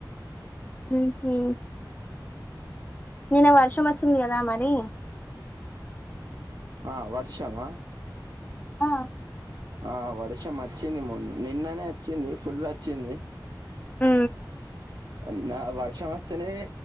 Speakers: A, on the left; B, on the right.
A: ఉహు నిన్న వర్షం వచ్చింది కదా మరి
B: ఆ వర్షమా
A: హా
B: ఆ వర్షం వచ్చింది మొ నిన్ననే వచ్చింది ఫుల్ వచ్చింది
A: ఉ
B: నిన్న వర్షం వస్తేనే